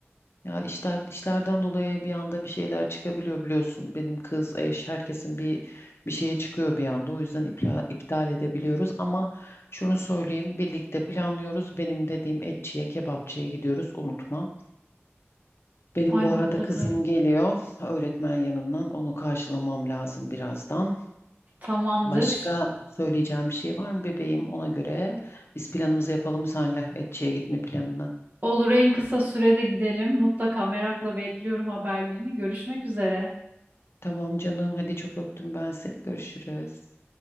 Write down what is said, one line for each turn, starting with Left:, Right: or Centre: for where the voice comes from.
Left: Ya işler işlerden dolayı bir anda bir şeyler çıkabiliyor biliyorsun. Benim kız, eş, herkesin bir bir şeye çıkıyor bir anda. O yüzden ipla, iptal edebiliyoruz ama şunu söyleyeyim, birlikte planlıyoruz. Benim dediğim etçiye, kebapçıya gidiyoruz, unutma. Benim
Right: Ay
Left: bu
Right: mutlaka
Left: arada kızım geliyor öğretmen yanından. Onu karşılamam lazım birazdan.
Right: tamamdır.
Left: Başka söyleyeceğim bir şey var mı bebeğim? Ona göre biz planımızı yapalım senle etçiye gitme planını.
Right: Olur en kısa sürede gidelim. Mutlaka merakla bekliyorum haberlerini. Görüşmek üzere.
Left: Tamam canım, hadi çok öptüm ben seni. Görüşürüz.